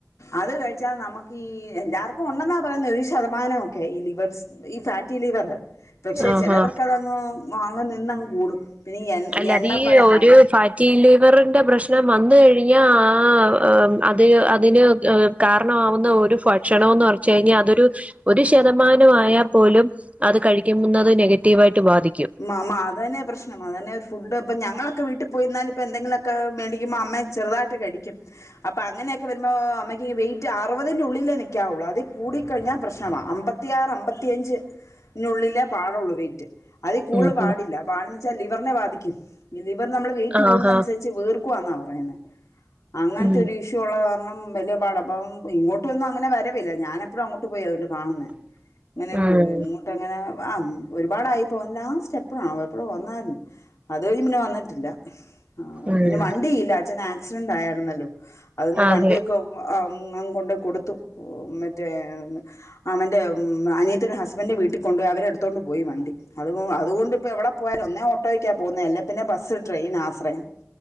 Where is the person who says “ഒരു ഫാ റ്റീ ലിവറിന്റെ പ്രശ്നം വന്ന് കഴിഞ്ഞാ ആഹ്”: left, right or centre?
Right